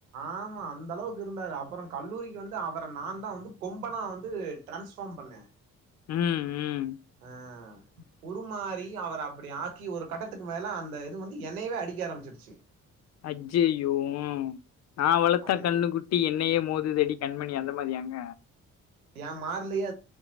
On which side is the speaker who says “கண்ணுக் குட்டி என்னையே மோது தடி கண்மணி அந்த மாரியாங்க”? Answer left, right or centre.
Left